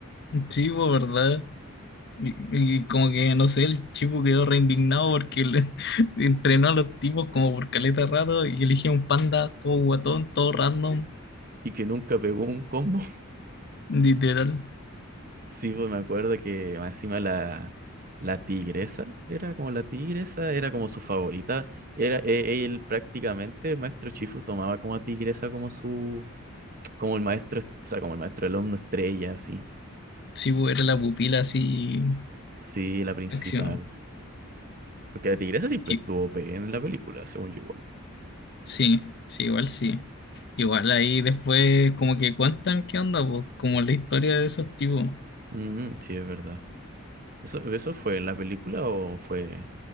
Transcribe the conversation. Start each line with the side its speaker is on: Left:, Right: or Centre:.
Left: Sí, po, ¿verdad? Y, y como que, no sé, el chico quedó re indignado porque le- <laughs> entrenó a los tipos como por caleta de rato y eligió un panda todo guatón, todo random,
Right: y que nunca pegó un combo.
Left: literal.
Right: Sí, pues me acuerdo que más encima la, la tigresa, era como la tigresa, era como su favorita. Era, e- él prácticamente, el maestro Chifu tomaba como a tigresa como su, como el maestro, o sea, como el maestro alumno estrella, así.
Left: Sí, po, era la pupila así,
Right: Sí, la principal.
Left: acción.
Right: Porque la tigresa siempre
Left: Y,
Right: estuvo OP en la película, según yo igual.
Left: sí, sí, igual sí. Igual ahí después como que cuentan qué onda, po, como la historia de esos tipos.
Right: Mm, sí, es verdad. ¿Eso, eso fue en la película o fue,